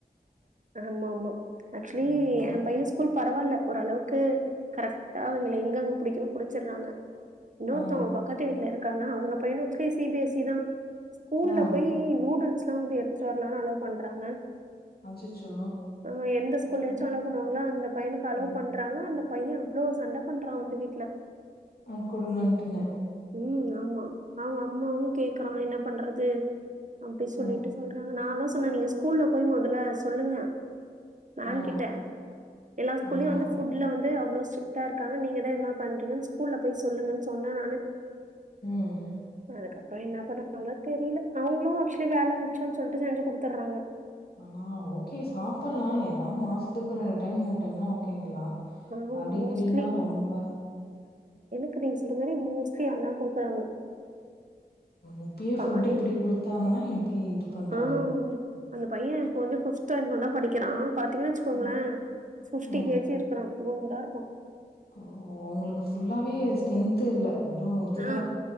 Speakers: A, on the right; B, on the left.
A: ஆமா மா அக்சுலி
B: ஆ நா
A: எம் பையன் ஸ்கூல் பரவால்ல ஓரளவுக்கு கரெக்டா அவங்கள எங்கங்க புடிக்கனுமோ புடிச்சற்றாங்க இன்னொருதங்க
B: ஆ
A: பக்கத்து வீட்ல இருக்காங்க அவுங்க பையனு actually C B S C தான் ஸ்கூல்ல
B: ஆ ஆ
A: போயி நூடுல்ஸ் சிலாங் வந்து எடுத்து வர அவுங்க தான அலோப் பண்றாங்க
B: அச்சச்சோ!
A: ஆ எந்த ஸ்கூல்ல
B: நிஜமா
A: யாச்சு அலோவ் பண்வாங்ளா அந்த பையனுக்கு அலோப்
B: ம்
A: பண்றாங்க அந்த பையன் அவ்ளோ சண்ட பண்றான் வந்து வீட்ல
B: ஆ குடுங்கன்டுன்னு
A: ம் ஆமா அவுங்க அம்மாவு கேக்றான் என்ன பண்றது அப்டி சொல்லிட்டு
B: ஆ
A: சொல் நா அதா சொன்னே நீங்க ஸ்கூல்ல போயி மெதல சொல்லுங்க மேம்
B: ஆ
A: கிட்ட எல்லா ஸ்கூல்லயும்
B: ஆமா
A: வந்து
B: ஆமா.
A: ஃபுட்ல வந்து அவ்ளோ ஸ்ட்டரிக்டா இருக்காங்க நீங்க தா என்னா பண்றீங்கனு ஸ்கூல்ல போயி சொல்லுங்கன் சொன்னே நானு
B: ம்.
A: அதுகப் போயி என்ன பண்ணுவாங்ளோ தெரில அவுங்ளும் ஆக்சுவலி வேல மிச் சன்னு சொல்டு செஞ்சு குடுத்துர்றாங்க
B: ஆனா ஓகே சாப்பலாம் ஏதா மாசத்துக்கு ரெண்டு டைம் மூணு டைம்னா ஓகேங்கலாம்
A: ஆனா
B: அடிக்கடினா
A: மோஸ்ட்லி
B: ரொம்ப
A: கு நீ சொல்ற மாரி மோஸ்ட்லி அதுதா குடுக்குறாங்க
B: இப்பியே
A: காலை
B: ஃபுட் இப்டி குடுத்தாங்கனா எப்டி இது பண்றது
A: ஆ அந்த பைய இப்ப வந்து ஃபிப்தோ என்னமோ தா படிக்கிறா பாத் பாத்தேனு வச்சுக்கோங்ளே
B: ம்.
A: ஃபிப்டி
B: ம்.
A: கேஜி இருக்குறா குண்டா இருக்கு
B: ஓ அவுங்களுக்கு ஃபுல்லாவே ஸ்ட்ரென்த்து இல்ல வெறும் இதுதான்
A: ஆ